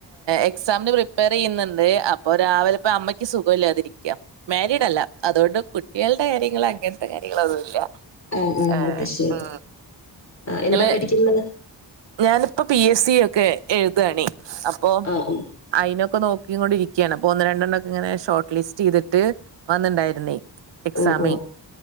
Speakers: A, on the right; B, on the left.
A: എക്സാമിന് പ്രിപ്പയറെയ്യുന്നുണ്ട് അപ്പൊ രാവിലെ ഇപ്പ അമ്മയ്ക്ക് സുഖവില്ലാതായ് രിക്ക മാരിഡല്ല അതുകൊണ്ട് കുട്ടികളുടെ കാര്യങ്ങള് അങ്ങനത്തെ കാര്യങ്ങള് ഒന്നുല്ല
B: ആ ആ
A: ഏഹ്
B: അത് ശരി
A: ഉം
B: ആ
A: ഇങ്ങള്
B: എന്താ പഠിക്കുന്നത്
A: ഞാനിപ്പോ പി എസ് സി ഒക്കെ എഴുതാണേ അപ്പൊ
B: ആ ആ,
A: അയിനൊക്കെ നോ- കിക്കൊണ്ടിരിക്കാണ് അപ്പൊ ഒന്ന് രണ്ടെണ്ണോക്കെ ഇങ്ങനെ ഷോർട്ട് ലിസ്റ്റ് ചെയ്തിട്ട് വന്നിണ്ടാര്ന്നെ എക്സാമെ
B: ഓ ഓ